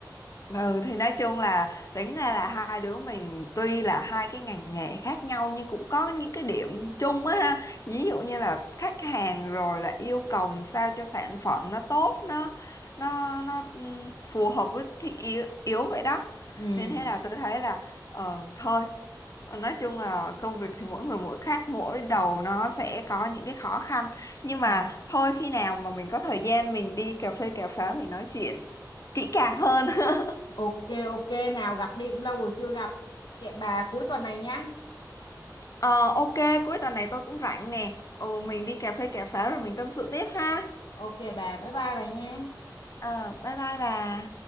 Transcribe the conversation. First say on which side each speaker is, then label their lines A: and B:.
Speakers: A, on the left; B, on the left.
A: Ừ thì nói chung là tính ra là hai đứa mình tuy là hai cái ngành nghề khác nhau nhưng cũng có những cái điểm chung á ha. Ví dụ như là khách hàng rồi là yêu cầu sao cho sản phẩm nó tốt nó nó nó ừm, phù hợp với thị yếu, yếu vậy đó.
B: ừ.
A: Nên thế là tôi thấy là ờ, thôi Ờ, nói chung là công việc thì mỗi người mỗi khác mỗi đầu nó sẽ có những cái khó khăn nhưng mà
B: Ừ.
A: thôi khi nào mà mình có thời gian mình đi cà phê cà pháo mình nói chuyện kỹ càng hơn <laughs>
B: ok ok nào gặp đi cũng lâu rồi chưa gặp hẹn bà cuối tuần này nhá
A: Ờ, ok, cuối tuần này tôi cũng rảnh nè. Ồ, mình đi cà phê cà pháo rồi mình tâm sự tiếp ha.
B: ok bà bye bye bà nha
A: Ờ, bye bye bà.